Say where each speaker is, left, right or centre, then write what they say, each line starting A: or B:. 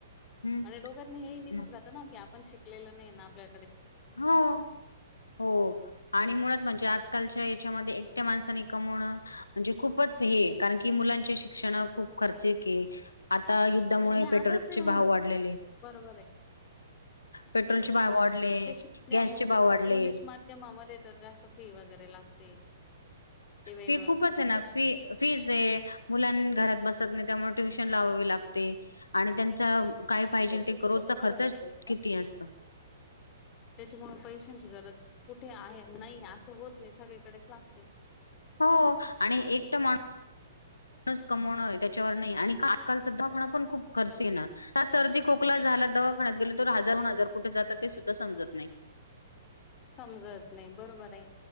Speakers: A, on the left; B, on the left.
A: हं.
B: आणि डोग्यातनं हेही निघून
A: हं.
B: जातं ना की आपण शिक लेलं नाही ना आपल्या
A: हो, हो आणि मुळात म्हणजे आज आजकालच्या हेच्यामध्ये एकट्या माणसानी कमवणं म्हणजे खूपच हे, कारण की मुलांचे शिक्षणा खूप खर्चीके आता युद्धामुळे
B: हां, नाही आता
A: पेट्रोल
B: ते
A: चे भाव वाढलेलेत.
B: बरोबर आहे
A: पेट्रोलचे भाव वाढले.
B: त्यान
A: गॅसचे भाव वाढले.
B: इंग्लिश माध्यमामध्ये तर जास्त फी वगैरे लागते. ते वेगळंच.
A: फी खूपचे ना फी फीज हे. मुलान् घरात बसत नाही त्यामुळे ट्युशन लावावी लागते. आणि त्यांचा काय पाहिजेल
B: हम्म
A: ते? रोजचा खर्चा किती असतं.
B: त्याच्यामु पैशांची गरज कुठे आहे नाही असं होत नाही सगळीकडेच लागते.
A: हो आणि एक तर माण बस कमावणं ए त्याच्यावर नई आणि आजकालचं दवखण पण खूप खर्च एक ना. सर्दी खोकला झाला दवाखानत गेल तर हजारहून हजार कुठे जातात ते सुद्धा समजत नई.
B: समजत नाही बरोबर आय.